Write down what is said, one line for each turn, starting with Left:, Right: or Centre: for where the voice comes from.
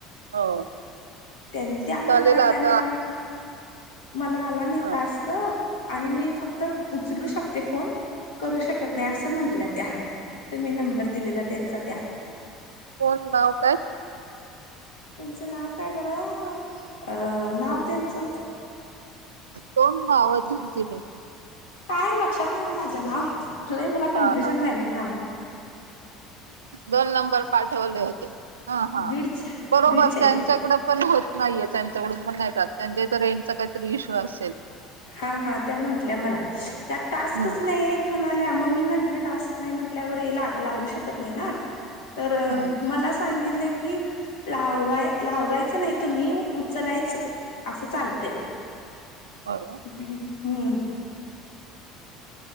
Right: हो.
Left: त्यां, त्या म्हणा
Right: चालेल
Left: लागल्या
Right: आता
Left: मला, मला आला नाही
Right: ह
Left: टास्क. आणि मी फक्त उचलू शकते फोन- करू शकत नाही. असं म्हंटलं त्या, तुम्ही नंबर दिलेला त्यांचा त्या,
Right: कोण, नाव काय?
Left: त्यांचं नाव काय बरं? अं नाव त्यांचं,
Right: दोन नाव दिलती मी.
Left: काय लक्षात नाही ओ माझं नाव? लई मला कन्फ्युजन
Right: हा हा
Left: व्हायल नावात.
Right: दोन नंबर पाठवले होते. हा हा,
Left: बीडच्या
Right: बरोबर
Left: बीडच्या
Right: त्यांच्याकडे
Left: आहेत
Right: पण हो नाहीय. त्यांच्याकडून पण नाहीे जात त्यांच्या इथं रेंजचा काहीतरी इश्यू असेल.
Left: हा हा. त्या म्हंटल्या मला, त्यात टास्कच
Right: हम्म.
Left: नाहीय. म्हणाल्या, मग मी म्हटलं टास्क नाही म्हटल्यावर लावू शकत नाही ना. तर,
Right: हा
Left: मला सांगितलं की, लावाय लावायचं नाही तुम्ही उचलायचं असं चालतंय
Right: होय
Left: हम्म